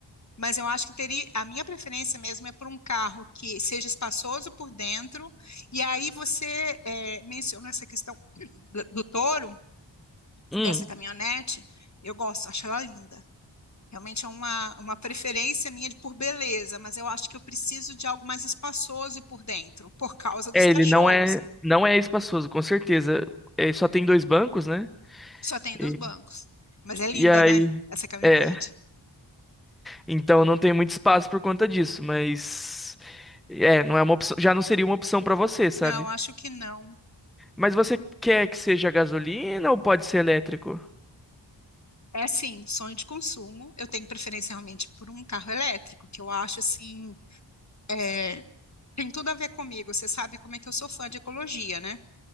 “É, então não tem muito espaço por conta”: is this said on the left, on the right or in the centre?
Centre